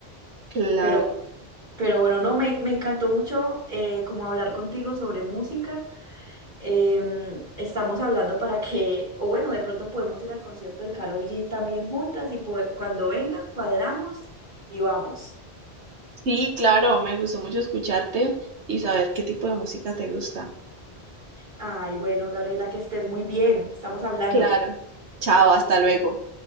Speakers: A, on the right; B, on the right.
A: claro.
B: Pero, pero bueno, no, me, me encantó mucho eh, como hablar contigo sobre música. Em, estamos hablando para que, o bueno, de pronto podemos ir al concierto de Carol G también juntas y po- cuando venga, cuadramos y vamos.
A: Sí, claro, me gustó mucho escucharte y saber qué tipo de música te gusta.
B: Ay, bueno, Gabriela, que estés muy bien. Estamos hablando.
A: Claro. Chao, hasta luego.